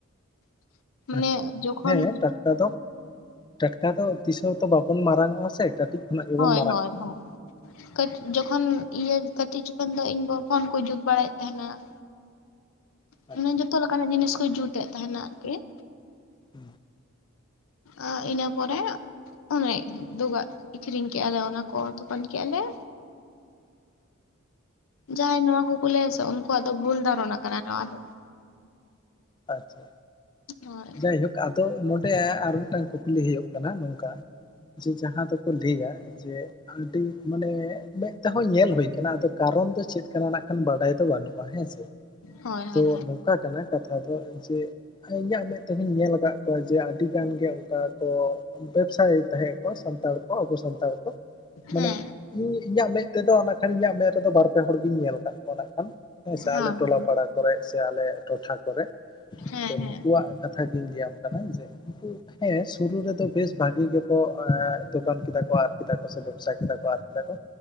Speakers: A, on the left; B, on the left.
A: ᱾ ᱢᱟᱱᱮ
B: ᱟᱪᱪᱷᱟ ᱟᱪᱪᱷᱟ
A: ᱡᱚᱠᱷᱚᱱ
B: ᱦᱮᱸ ᱴᱟᱴᱠᱟ ᱫᱚ ᱴᱟᱴᱠᱟ ᱫᱚ ᱛᱤᱥᱦᱚᱸ ᱛᱚ ᱵᱟᱵᱚᱱ ᱢᱟᱨᱟᱝ ᱚᱜᱼᱟ ᱥᱮ ᱠᱟᱹᱴᱤᱡ ᱠᱷᱚᱱᱟᱜ ᱜᱮᱵᱚᱱ
A: ᱦᱳᱭ
B: ᱢᱟᱨᱟᱝᱚᱜᱼᱟ
A: ᱦᱳᱭ ᱦᱳᱭ ᱾ ᱠᱟᱹᱴ ᱡᱚᱠᱷᱚᱱ ᱤᱭᱟᱹ ᱠᱟᱹᱴᱤᱡ ᱡᱚᱠᱷᱚᱱ ᱫᱚ ᱤᱧ ᱵᱟᱵᱟ ᱯᱷᱳᱱ ᱠᱚ ᱡᱩᱛ ᱵᱟᱲᱟᱭᱮᱫ ᱛᱟᱦᱮᱱᱟ ᱾ ᱢᱟᱱᱮ
B: ᱟᱪᱪᱷᱟ
A: ᱡᱚᱛᱚ ᱞᱮᱠᱟᱱᱟᱜ ᱡᱤᱱᱤᱥ ᱠᱚ ᱡᱩᱛᱮᱫ ᱛᱟᱦᱮᱱᱟ ᱟᱨᱠᱤ ᱾
B: ᱦᱩᱸ
A: ᱟ ᱤᱱᱟᱹ ᱯᱚᱨᱮ ᱚᱱᱮ ᱫᱚᱠᱟ ᱟᱠᱷᱨᱤᱧ ᱠᱮᱜᱼᱟ ᱞᱮ ᱚᱱᱟ ᱠᱚ ᱫᱚᱠᱟᱱ ᱠᱮᱜᱼᱟ ᱞᱮ ᱾ ᱡᱟᱦᱟᱸᱭ ᱱᱚᱣᱟ ᱠᱚᱠᱚ ᱞᱟᱹᱭᱟᱥᱮ, ᱩᱱᱠᱩᱣᱟᱜ ᱫᱚ ᱵᱷᱩᱞ ᱫᱷᱟᱨᱚᱱᱟ ᱠᱟᱱᱟ ᱱᱚᱣᱟ ᱫᱚ ᱾
B: ᱟᱪᱪᱷᱟ,
A: ᱦᱳᱭ
B: ᱡᱟᱭᱦᱳᱠ ᱟ ᱫᱚ ᱱᱚᱸᱰᱮ ᱟᱨ ᱢᱤᱫᱴᱟᱝ ᱠᱩᱠᱞᱤ ᱦᱩᱭᱩᱜ ᱠᱟᱱᱟ ᱱᱚᱝᱠᱟ ᱡᱮ ᱡᱟᱦᱟᱸ ᱫᱚᱠᱚ ᱞᱟᱹᱭᱟ ᱡᱮ ᱟᱹᱰᱤ ᱢᱟᱱᱮ ᱢᱮᱫ ᱛᱮᱦᱚᱸ ᱧᱮᱞ ᱦᱩᱭ ᱟᱠᱟᱱᱟ ᱟᱫᱚ ᱠᱟᱨᱚᱱ ᱫᱚ ᱪᱮᱫ ᱠᱟᱱᱟ ᱱᱟᱜ ᱠᱷᱟᱱ ᱵᱟᱰᱟᱭ ᱫᱚ ᱵᱟᱹᱱᱩᱜ ᱦᱮᱸᱥᱮ
A: ᱦᱳᱭ
B: ᱛᱚ
A: ᱦᱳᱭ
B: ᱱᱚᱝᱠᱟ ᱠᱟᱱᱟ ᱠᱟᱛᱷᱟ ᱫᱚ ᱡᱮ ᱤᱧᱟᱹᱜ ᱢᱮᱫ ᱛᱮᱦᱚᱧ ᱧᱮᱞ ᱟᱠᱟᱫ ᱠᱚᱣᱟ ᱡᱮ ᱟᱹᱰᱤ ᱜᱟᱱ ᱜᱮ ᱚᱱᱠᱟ ᱠᱚ ᱵᱮᱵᱽᱥᱟᱭ ᱛᱟᱦᱮᱸᱜ ᱠᱚ ᱥᱟᱱᱛᱟᱲ ᱠᱚ ᱟᱵᱚ ᱥᱟᱱᱛᱟᱲ ᱠᱚ, ᱢᱟᱱᱮ
A: ᱦᱮᱸ
B: ᱤᱧ ᱤᱧᱟᱹᱜ ᱢᱮᱫ ᱛᱮᱫᱚ ᱱᱟᱜ ᱠᱷᱟᱱ ᱤᱧᱟᱹᱜ ᱢᱮᱫ ᱨᱮᱫᱚ ᱵᱟᱨ ᱯᱮ ᱦᱚᱲ ᱜᱤᱧ ᱧᱮᱞ ᱱᱟᱜ ᱠᱷᱟᱱ ᱦᱮᱸ ᱥᱮ
A: ᱦᱳᱭ
B: ᱟᱞᱮ ᱴᱚᱞᱟ
A: ᱦᱳᱭ
B: ᱯᱟᱲᱟ ᱠᱚᱨᱮ ᱥᱮ ᱟᱞᱮ ᱴᱚᱴᱷᱟ ᱠᱚᱨᱮ ᱠᱚᱨᱮ
A: ᱦᱮᱸ
B: ᱛᱚ
A: ᱦᱮᱸ
B: ᱱᱩᱠᱩᱣᱟᱜ ᱠᱟᱛᱷᱟ ᱜᱤᱧ ᱞᱟᱹᱭᱟᱢ ᱠᱟᱱᱟ ᱡᱮ ᱩᱱᱠᱩ ᱦᱮᱸ ᱥᱩᱨᱩ ᱨᱮᱫᱚ ᱵᱮᱥ ᱵᱷᱟᱜᱤ ᱜᱮ ᱠᱚ ᱮᱸ ᱫᱚᱠᱟᱱ ᱠᱮᱫᱟ ᱠᱚ ᱟᱨ ᱠᱮᱫᱟ ᱠᱚ ᱥᱮ ᱵᱮᱵᱽᱥᱟ ᱠᱮᱫᱟ ᱠᱚ ᱟᱨ ᱠᱮᱫᱟ ᱠᱚ